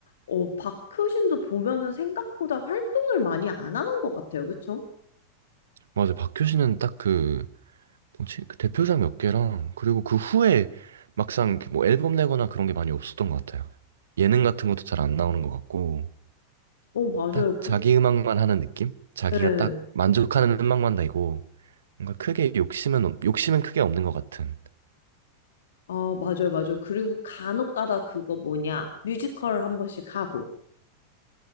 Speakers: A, on the left; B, on the right.
A: 어, 박효신도 보면은 생각보다 활동을 많이 안 하는 것 같아요. 그쵸?
B: 맞아 박효신은 딱 그 뭐지 그 대표작 몇 개랑 그리고 그 후에 막상 이렇게 뭐 앨범 내거나 그런 게 많이 없었던 것 같아요 예능 같은 것도 잘 안 나오는 것 같고
A: 어, 맞아요.
B: 딱
A: 그,
B: 자기 음악만 하는 느낌 자기가
A: 네.
B: 딱 만족하는 음악만 내고 뭔가 크게 욕심은 없- 욕심은 크게 없는 것 같은
A: 아, 맞아요, 맞아요. 그리고 간혹가다 그거 뭐냐 뮤지컬 한 번씩 하고